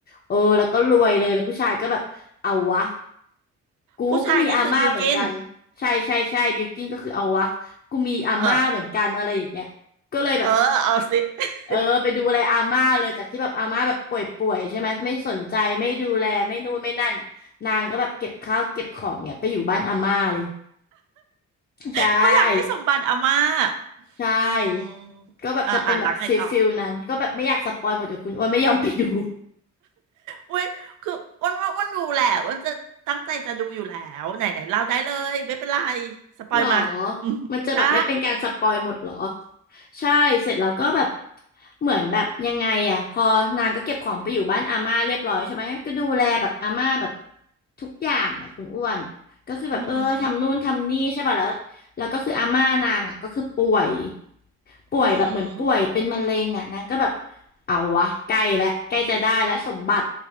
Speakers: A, on the left; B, on the right.
A: เออแล้วก็รวยเลยแล้วผู้ชายก็แบบ เอาวะกูก็มีอาม่าเหมือนกันใช่ใช่ใช่บิวกิ้นก็คือเอาวะกูมีอาม่าเหมือนกันอะไรอย่างเงี้ยก็เลยแบบ
B: ผู้ชายนี้คือบิลกิน <laughs> เออเออเอาสิ <laughs>
A: เออไปดูแลอาม่าเลยจากที่แบบอาม่าแบบป่วยๆใช่ไหมไม่สนใจไม่ดูแลไม่นู่นไม่นั่นนางก็แบบเก็บข้าวเก็บของเนี่ยไปอยู่บ้านอาม่าเลยใช่
B: เพราะอยากได้สมบัติอาม่า
A: ใช่ก็แบบจะเป็นแบบฟิลฟิลนั้นก็แบบไม่อยากสปอยหมดเดี๋ยวคุณอ้วนไม่ยอมไปดู
B: อืมอ่าอ่าหลังไงต่ออุ้ยคืออ้วันว่าอ้วันดูแหละอ้วันจะตั้งใจจะดูอยู่แล้วไหนไหนเล่าได้เลย ไม่เป็นไร สปอยมา
A: หรอ
B: <laughs> อืมได้
A: มันจะแบบไม่เป็นการสปอยหมดหรอใช่เสร็จแล้วก็แบบเหมือนแบบยังไงอ่ะพอนางก็เก็บของไปอยู่บ้านอาม่าเรียบร้อยใช่ไหมก็ดูแลแบบอาม่าแบบทุกอย่างอ่ะคุณอ้วนก็คือแบบเออทำนู่นทำนี่ใช่ป่ะแล้วแล้วก็คืออาม่านางอ่ะก็คือป่วย
B: อืมอืม
A: ป่วยแบบเหมือนป่วยเป็นมะเร็งอ่ะนางก็แบบ
B: อืม
A: เอาวะใกล้แล้วใกล้จะได้แล้วสมบัติ